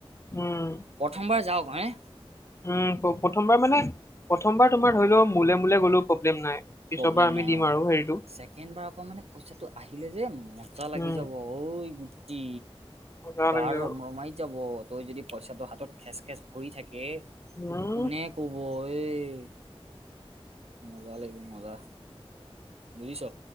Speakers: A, on the left; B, on the right.
A: উম!
B: প্ৰথমবাৰ যাওঁ ভাই?
A: উম! প্ৰথমবাৰ মানে, প্ৰথমবাৰ তোমাৰ, ধৰি লওঁ মোলে -মোলে গ'লেও প্ৰব্লেম নাই। পিছৰ
B: প্ৰব্লেম
A: পৰা আমি
B: নাই
A: দিম
B: অ
A: আৰু। হেৰি
B: ছেকেণ্ড বাৰৰ পৰা মানে, পইচাটো আহিলে যে, মজা লাগি
A: উম
B: যাব, ঐ গুটি!
A: মজা
B: গা
A: লাগিব
B: ৰমৰমাই যাব। তই যদি পইচাটো হাতত, খেচ -খেচ ভৰি থাকে। কোনে
A: উম
B: ক'ব এই? মজা লাগিব, মজা! বুজিছোঁ।